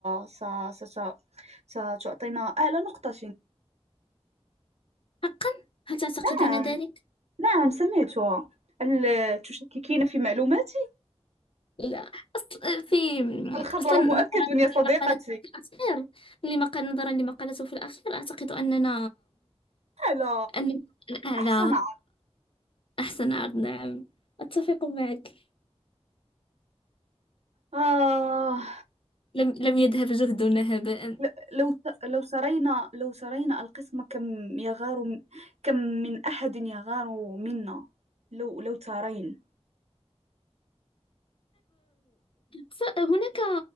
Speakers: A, on the right; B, on the left.
A: س... س... س... ستعطينا أعلى نقطة
B: حقا هل تعتقدين
A: نعم
B: ذلك؟
A: نعم سمعتها هل تشككين في معلوماتي
B: لا أصل في
A: الخبر
B: أصلا نظرا
A: مؤكد يا صديقتي
B: لمقالته في الأخير لمقال نظرا لمقالته في الأخير أعتقد أننا
A: آه، لا
B: أن الأعلى
A: أحسن
B: أحسن عرض نعم أتفق معك
A: آه
B: لم لم يذهب جهدنا هباء
A: ل- لو ت- لو سرينا لو سرينا القسم كم يغار م- كم من أحد يغار منا لو لو ترين
B: ف- هناك